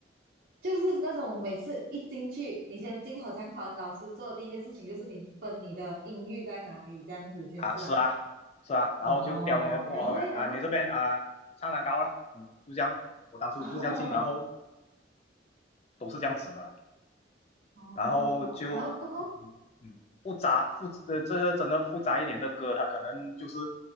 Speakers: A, on the right (about 50°); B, on the left (about 35°).
A: 就是那种每次一进去，你先进合唱团，老师做的第一件事情就是你分你的音域在哪里，这样子先是吗？
B: 啊，是啊，是啊，然后就刁你的不偶啊，
A: 哦，然后诶，然后
B: 你这边啊唱蛋糕了，嗯，就这样，我当初就是这样进，
A: <laughs>
B: 然后
A: 哦
B: 都是这样子的，
A: 哦然后过后，
B: 然后就嗯嗯复杂复呃这个真的复杂一点的歌，它可能就是